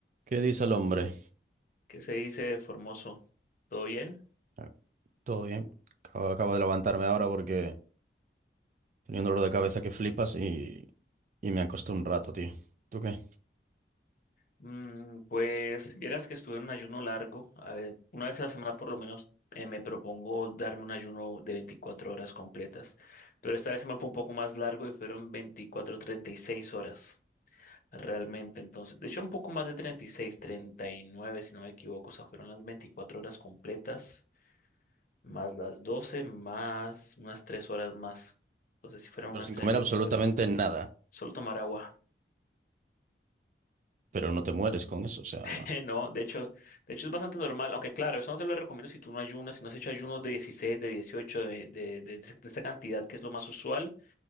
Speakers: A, on the right; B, on the left.
A: ¿Qué dice el hombre?
B: ¿Qué se dice, Formoso? ¿Todo bien?
A: Ah, Todo bien. Acabo, acabo de levantarme ahora porque tenía un dolor de cabeza que flipas y, y me acosté un rato, tío. ¿Tú qué?
B: Mm, pues vieras que estuve en un ayuno largo. A ver, una vez a la semana por lo menos eh, me propongo darme un ayuno de 24 horas completas. Pero esta vez se me fue un poco más largo y fueron 24, 36 horas realmente. Entonces, de hecho un poco más de 36, 39 si no me equivoco. O sea, fueron las 24 horas completas más las 12 más unas 3 horas más. Entonces sí fueron unas
A: Pero sin
B: 39
A: comer absolutamente
B: horas.
A: nada.
B: Solo tomar agua.
A: Pero no te mueres con eso, o sea...
B: <laughs> No, de hecho, de hecho es bastante normal, aunque claro, eso no te lo recomiendo si tú no ayunas, si no has hecho ayunos de 16, de 18, de, de, de- de esta cantidad que es lo más usual,